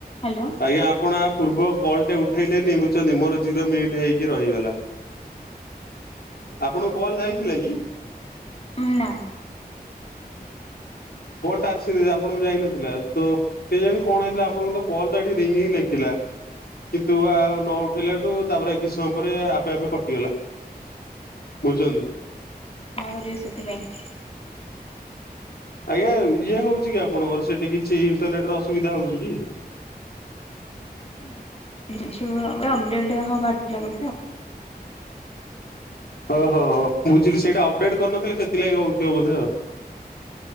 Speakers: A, on the left; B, on the left.
A: Hello.
B: ଆଜ୍ଞା ଆପଣ ଆ ପୂର୍ବ କଲଟେ ଉଠେଇଲେନି ବୁଝୁଛନ୍ତି ମୋର ଜିରୋ ମିନିଟ୍ ହେଇକି ରହିଗଲା। ଆପଣଙ୍କୁ କଲ ଯାଇଥିଲା କି?
A: ନା।
B: କଲ୍ ଟା ଆସି ନେହିଁ ଆପଣଙ୍କୁ ଯାଇନଥିଲା ତ। କେଜାଣି କଣ ହେଇଚି ଆପଣଙ୍କ ତ କଲ ତ ଏଠି ରିଙ୍ଗିଙ୍ଗ୍ ଲେଖିଲା। କିନ୍ତୁ ଆଉ ନ ଉଠେଇଲାଠୁ ତାପରେ କିଛି ସମୟ ପରେ ଆପେ ଆପେ କଟିଗଲା। ବୁଝନ୍ତୁ।
A: ନା କରିବେ ସେଥିପାଇଁ।
B: ଆଜ୍ଞା ଇଏ ହେଉଛି କି ଆପଣଙ୍କର ସେଠି କିଛି ଇଣ୍ଟରନେଟ୍ ର ଅସୁବିଧା ହଉଛି କି?
A: କିଛି ନାହିଁ ଯୋଉ ଅପଡେଟ୍ ହବାର ଥିଲା ବୋଧେ?
B: ଓ ହୋ ହଁ, ବୁଝିଲି ସେଇଟା ଅପଡ଼େଟ୍ କରିନଥିଲି ସେଥିଲାଗି ହେଉଥିବ ବୋଧେ।